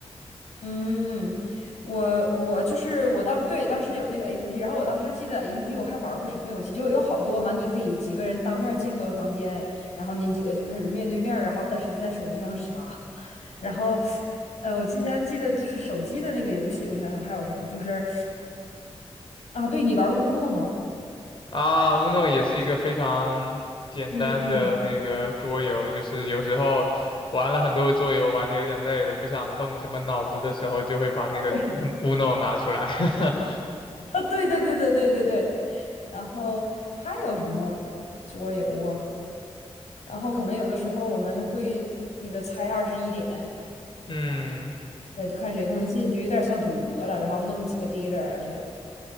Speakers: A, on the left; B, on the left.
A: 嗯，我我就是我当时对当时有那个 APP，然后我当时记得 APP 我还玩过什么游戏，就有好多嘛，你可以几个人当面建个房间，然后你几个就开始面对面儿然后但实际在手机上杀，<laughs> 然后呃，我之前记得就是手机的那个游戏，我想想还有什么，就是啊，对你玩乌诺吗？
B: 啊，Uno 也是一个非常简单的那个桌游，
A: 嗯嗯。
B: 就是有时候玩了很多桌游，玩的有点累了，不想动什么脑子的时候，就会把那个
A: 对
B: Uno 拿出来。<laughs>
A: 对 <laughs> 对对对对对对对，然后还有什么桌游啊？然后可能有的时候我们会那个猜二十一点，
B: 嗯，
A: 对，就看谁更近，就有点像赌博了，然后弄几个 dealer 啊这种。